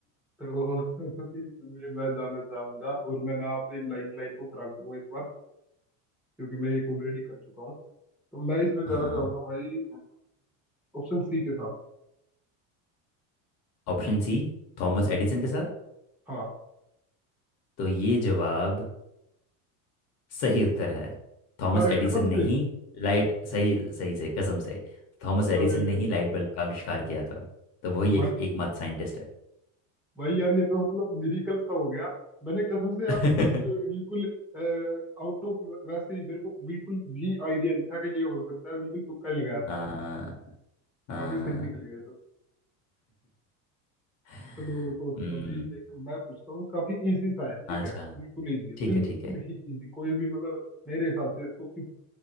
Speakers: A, in the centre; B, on the left (about 40°).
A: तो <laughs> इसमें मैं जाना चाहूंगा और मैं ना अपनी लाइफ लाइन को खराब करूंगा इस बार क्योंकि मैं एक ऑलरेडी कर चुका हूँ तो मैं इसमें जाना
B: <laughs> हाँ
A: चाहूंगा भाई ऑप्शन सी के साथ
B: ऑप्शन सी थॉमस
A: हम्म
B: एडिसन के साथ
A: हाँ
B: तो ये जवाब सही उत्तर है थॉमस
A: अरे
B: एडिसन
A: कसम
B: ने
A: से
B: ही लाइट सही सही से कसम से थॉमस एडिसन
A: अरे
B: ने ही लाइट बल्ब का आविष्कार किया था तो वही
A: भाई
B: एक एकमात्र साइंटिस्ट है
A: भाई यार ये तो मतलब मिरिकल सा हो गया मैंने कसम से यार
B: <laughs>
A: मतलब मैंने बिल्कुल आउट ऑफ वैसे ही मेरे को बिल्कुल भी आइडिया नहीं था कि ये हो सकता है बिल्कुल तुक्का ही लगाया था
B: आ, आ,
A: काफी सही निकल गए
B: <laughs>
A: चलो तो
B: हम्म,
A: फिर अभी एक मैं पूछता हूँ काफी इजी सा है ठीक
B: अच्छा
A: है बिल्कुल इजी है
B: ठीक
A: बिल्कुल
B: है ठीक है
A: ही इजी कोई भी मतलब मेरे हिसाब से इसको फिफ्थ